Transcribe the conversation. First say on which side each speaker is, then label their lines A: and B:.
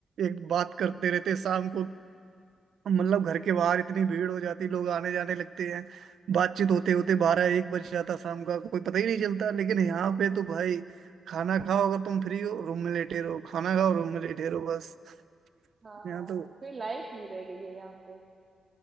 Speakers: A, on the right; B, on the right.
A: एक बात करते रहते शाम को मतलब घर के बाहर इतनी भीड़ हो जाती लोग आने जाने लगते हैं बातचीत होते होते बारह एक बज जाता शाम का कोई पता ही नहीं चलता लेकिन यहाँ पे तो भाई खाना खाओ अगर तुम फ्री हो रूम में लेटे रहो खाना खाओ रूम में लेटे रहो बस
B: हाँ हाँ
A: यहाँ तो
B: कोई लाइफ नहीं रह गई है यहाँ पे